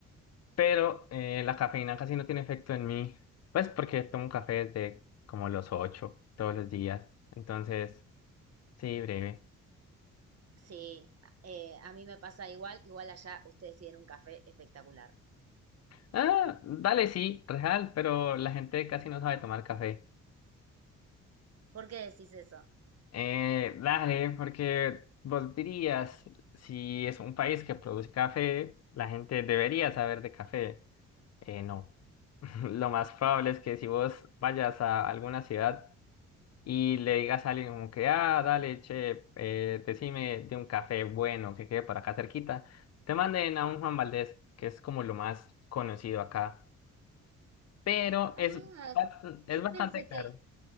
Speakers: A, on the left; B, on the right.
A: Pero eh, la cafeína casi no tiene efecto en mí, pues porque tomo café desde como los 8 todos los días. Entonces, sí, breve.
B: Sí, eh, a mí me pasa igual, igual allá ustedes tienen un café espectacular.
A: Ah, dale, sí, real, pero la gente casi no sabe tomar café.
B: ¿Por qué decís eso?
A: Eh, dale, porque vos dirías, si es un país que produce café, la gente debería saber de café. Eh, no. <laughs> Lo más probable es que si vos vayas a alguna ciudad y le digas a alguien como que, ah, dale, che, eh, decime de un café bueno que quede por acá cerquita, te manden a un Juan Valdez, que es como lo más conocido acá, pero
B: Ah,
A: es, bast- es
B: yo
A: bastante
B: pensé
A: caro.
B: que